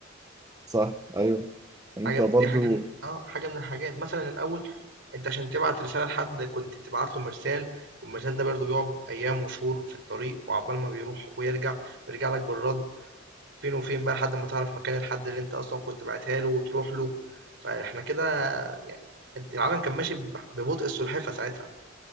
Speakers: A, on the right (about 15°); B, on the right (about 65°).
A: صح أيوه انت
B: حاجه من-
A: برضو
B: دي حاجه من... اه حاجه من الحاجات مثلا الاول انت عشان تبعت رساله لحد كنت بتبعت له مرسال والمرسال ده برضه بيقعد ايام وشهور في الطريق وعقبال ما بيروح ويرجع بيرجع لك بالرد فين وفين بقى لحد ما تعرف مكان الحد اللي انت اصلا كنت بعتها له وتروح له فاحنا كده يعني العالم كان ماشي ب- ببطء السلحفه ساعتها